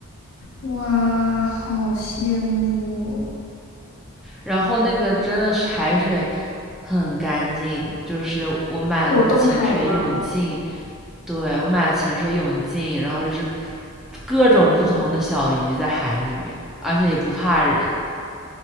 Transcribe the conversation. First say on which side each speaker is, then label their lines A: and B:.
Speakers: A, on the left; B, in the centre.
A: 哇，好羡慕哦
B: 然后那个真的是海水很干净，就是我买了那个潜水泳镜，
A: 果冻海吗？
B: 对，我买了潜水泳镜，然后就是各种不同的小鱼在海里面，而且也不怕人。